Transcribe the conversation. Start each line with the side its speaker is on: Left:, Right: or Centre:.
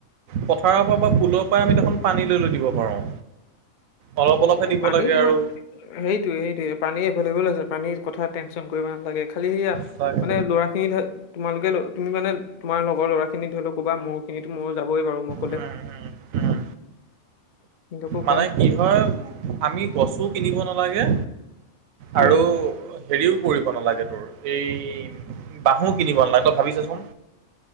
Right: পথাৰৰ পৰা বা পুলৰ পৰা আমি দেখোঁন পানী লৈ লৈ দিব পাৰোঁ। অলপ অলপহে
Left: এহ,
Right: দিব
Left: পানী
Right: লাগে
Left: তোমাৰ,
Right: আৰু।
Left: সেইটোৱে সেইটোৱে পানী এভেইলেবল আছে, পানীৰ কথা টেনচন কৰিব নালাগে। খালি সেইয়া,
Right: সঁচাকে।
Left: মানে ল'ৰাখিনি তোমালোকে তুমি মানে, তোমাৰ লগৰ ল'ৰাখিনিক তুমিতো ক'বা, মোৰখিনিক মোৰ যাবই বাৰু মই ক'লে।
Right: উম, উম, উম।
Left: সিহঁতকো
Right: মানে
Left: ক'ম
Right: কি হয়, আমি গছো কিনিব নালাগে
Left: উম
Right: আৰু হেৰিও কৰিব নালাগে তোৰ, এই বাহু কিনিব নালাগে, তই ভাৱি চাচোন।